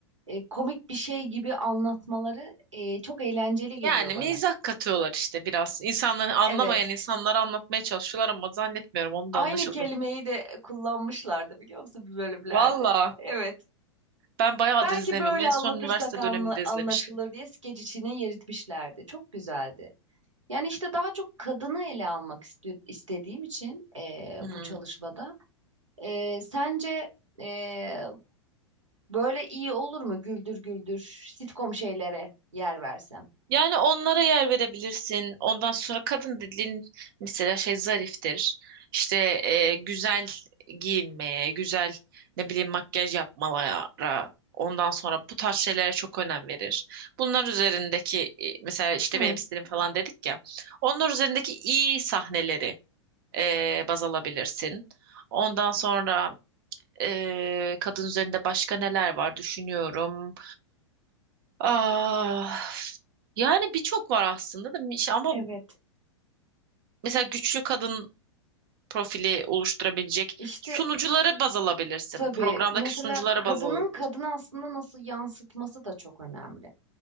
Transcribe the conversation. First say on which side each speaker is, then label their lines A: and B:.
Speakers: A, on the right; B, on the right.
A: e, komik bir şey gibi anlatmaları e, çok eğlenceli geliyor
B: Yani
A: bana.
B: mizah katıyorlar işte biraz. İnsanları anlamayan
A: Evet.
B: insanlara anlatmaya çalışıyorlar ama zannetmiyorum onu
A: Aynı
B: da anlaşıldığını.
A: kelimeyi de kullanmışlardı biliyor musun bir bölümlerde.
B: Valla
A: Evet.
B: ben bayağıdır
A: Belki
B: izlemiyorum.
A: böyle
B: En
A: anlatırsak
B: son üniversite
A: anla-
B: döneminde izlemiştim.
A: anlaşılır diye skeç içine yeritmişlerdi. Çok güzeldi. Yani işte daha çok kadını ele almak isti- istediğim için eee,
B: Hmm.
A: bu çalışmada. Eee, sence eee, böyle iyi olur mu güldür güldür sitcom şeylere yer versem?
B: Yani onlara yer verebilirsin. Ondan sonra kadın dediğin mesela şey zariftir. İşte e, güzel giyinmeye, güzel ne bileyim makyaj yapmalara, ondan sonra bu tarz şeylere çok önem verir. Bunlar üzerindeki e, mesela işte
A: Hı,
B: benim stilim falan dedik ya. Onlar üzerindeki iyi sahneleri e, baz alabilirsin. Ondan sonra e, kadın üzerinde başka neler var düşünüyorum. Ah, yani birçok var aslında da İşte ama
A: evet.
B: mesela güçlü kadın profili oluşturabilecek
A: İşte
B: sunucuları baz alabilirsin.
A: tabii
B: Programdaki
A: mesela
B: sunucuları
A: kadının
B: baz alabilirsin.
A: kadını aslında nasıl yansıtması da çok önemli.